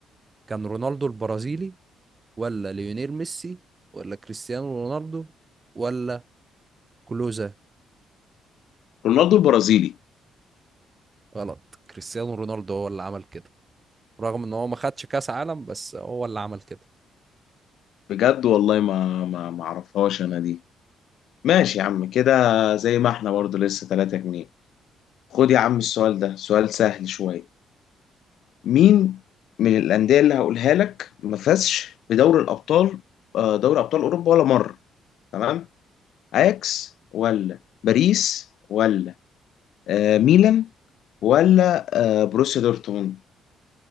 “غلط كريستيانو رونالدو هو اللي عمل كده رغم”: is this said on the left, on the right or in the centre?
Right